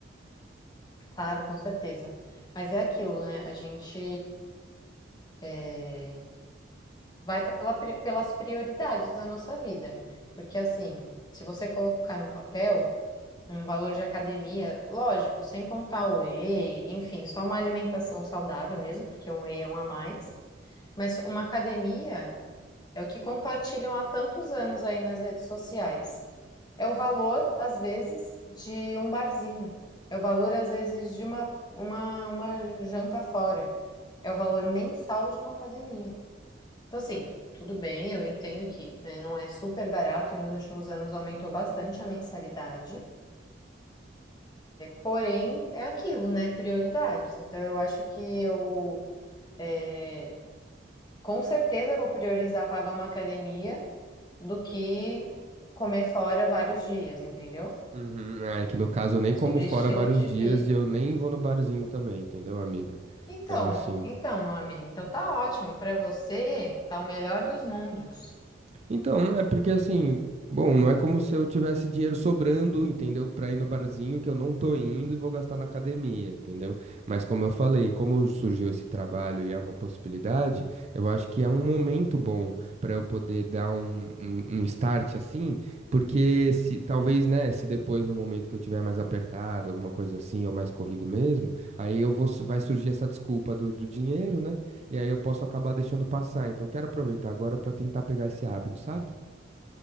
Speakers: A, on the left; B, on the right.
A: claro, com certeza. Mas é aquilo, né? A gente eh, vai pela pri- pelas prioridades da nossa vida. Porque assim, se você colocar no papel. um valor de academia, lógico, sem contar o whey, enfim, só uma alimentação saudável mesmo, porque um whey é um a mais, mas uma academia é o que compartilham há tantos anos aí nas redes sociais. É o valor, às vezes, de um barzinho. É o valor, às vezes, de uma, uma, uma janta fora. É o valor mensal de uma academia. Então, assim, tudo bem, eu entendo que, né, não é super barato e nos últimos anos aumentou bastante a mensalidade. Porém, é aquilo, né? Prioridades. Então, eu acho que eu é, com certeza vou priorizar pagar uma academia do que comer fora vários dias, entendeu?
B: Uhum, Ah, é que no caso eu nem
A: É
B: como
A: sobre
B: fora
A: estilo
B: vários
A: de
B: dias
A: vida.
B: e eu nem vou no barzinho também, entendeu, amiga?
A: Então,
B: Então, assim,
A: então, meu amigo, então tá ótimo. Pra você, tá o melhor dos mundos.
B: Então, não é porque assim, bom, não é como se eu tivesse dinheiro sobrando, entendeu? Pra ir no barzinho que eu não tô indo e vou gastar na academia, entendeu? Mas como eu falei, como surgiu esse trabalho e é uma possibilidade, eu acho que é um momento bom pra eu poder dar um, um, um start assim, porque se talvez, né, se depois no momento que eu tiver mais apertado, alguma coisa assim, ou mais corrido mesmo, aí eu vou, su- vai surgir essa desculpa do, do dinheiro, né? E aí eu posso acabar deixando passar. Então, quero aproveitar agora para tentar pegar esse hábito, sabe?